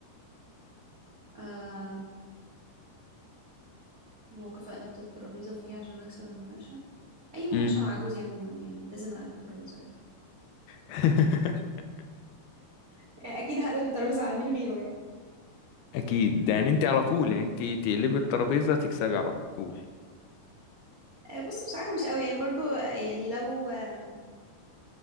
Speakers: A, on the right; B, on the left.
A: آه، موقف قلبت الترابيزة فيه عشان أكسب المناقشة أي مناقشة
B: مم.
A: مع جوزي عموما يعني لازم أقلب الترابيزة أكيد
B: <laughs>
A: اكيد هقلب الترابيزه على مين غيره يعني
B: أكيد ده يعني انت على طول يعني انت تقلبي الترابيزة تكسبي على طول
A: آه، بص بصراحه مش قوي يعني برضو آه، يعني لو آه،